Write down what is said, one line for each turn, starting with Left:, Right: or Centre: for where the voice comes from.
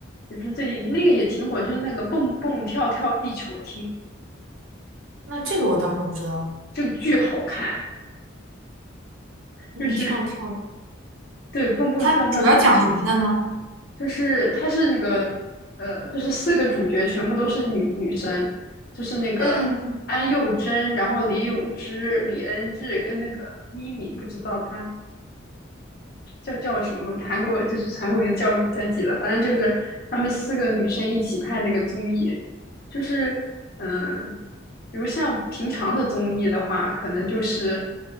Left: 也不是最近那个也挺火，就是那个蹦蹦跳跳地球厅，
Right: 那这个我倒是不知道。
Left: 这个剧好看，就是
Right: 你跳跳，
Left: 对蹦蹦跳跳地球厅。
Right: 它主要讲什么的呢？
Left: 就是它是那个呃，就是四个主角全部都是女女生，就是那个安宥真，
Right: 嗯，
Left: 然后李永芝、李恩智跟那个咪咪，不知道她叫叫什么，韩国就是韩国名字叫什么不太记得，反正就是她们四个女生一起拍那个综艺，就是嗯、比如像平常的综艺的话，可能就是